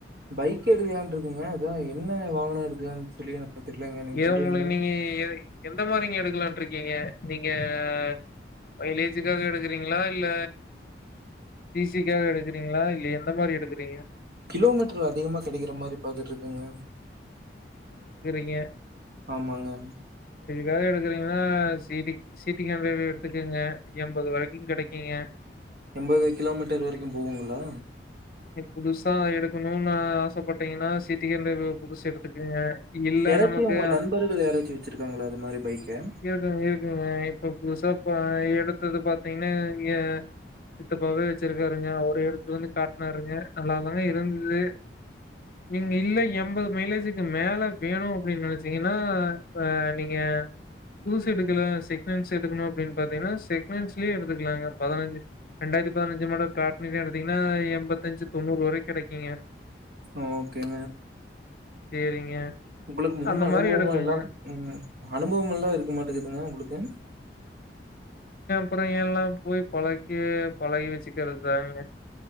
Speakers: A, on the right (about 55°); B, on the left (about 50°).
A: பை க்கெடுக்கலான்ருக்கங்க அதா எ என்ன வாகனோ எடுக்கலான் சொல்லி எனக்கு தெர்லங்க நீங்க
B: ஏ
A: சொல்றீங்களா
B: உங்களுக்கு நீங்க எ, எந்த மாரிங்க எடுக்கலான்ருக்கீங்க நீங்க அ, மைலேஜுக்காக எடுக்கறீங்களா இல்ல சிசிக்காக எடுக்கறீங்களா இல்ல எந்த மாரி எடுக்கறீங்க
A: கிலோமீட்டரு அதிகமா கெடைக்கற மாரி பாத்துட்ருக்கங்க
B: ஏ
A: ஆமாங்க
B: வேற எடுக்குறீங்கன்னா சீ டி சீ பி ங்காவவே எடுத்துக்கங்க எண்பது வரைக்கு கெடைக்கும்ங்க
A: எண்பது கிலோமீட்டர் வரைக்கு போகுங்களா
B: புதுசா எடுக்கணும்னு ஆசைப்பட்டீங்கன்னா சிட்டி <unintelligible> புதுசு எடுத்துக்குங்க இல்ல
A: யாராச்சு
B: நமக்கு
A: உங்க நண்பர்கள் யாராச்சு வச்சிருக்காங்களா அது மாரி பைக்க
B: இருக்குங்க இருக்குங்க இப்ப புதுசா எடுத்தது பாத்தீங்கன்னா எ சித்தப்பாவே வச்சிருக்காருங்க அவரு எடுத்து வந்து காட் னாருங்க நல்லா தாங்க இருந்தது நீங்க இல்லை எண்பது மைலேஜுக்கு மேலே வேணு அப்படின்னு நினைச்சீங்கன்னா ஆ நீங்க புதுசு எடுக்கலா செகண்ட்ஸ் எடுக்கணு அப்படின்னு பாத்தீங்கன்னா செக்ஹண்ட்ஸ்லயே எடுத்துக்கலாங்க பதினஞ்சு ரெண்டாயிரத்து பதினஞ்சு மேட பட்னில எடுத்தீங்கன்னா எ முப்பத்தஞ்சு தொண்ணூறு வர கெடைக்குங்க
A: ஓகேங்க
B: சேரிங்க
A: உங்களுக்கு முன்
B: அந்த
A: அனுபவமா
B: மாரி எடுக்குங்க
A: எல்லா உம் அனுபவமெல்லா இருக்குமாட்டங்கதுங்க உங்களுக்கு
B: அப்பற எல்லா போய் பழக்கி பழகி வச்சுக்கறதாங்க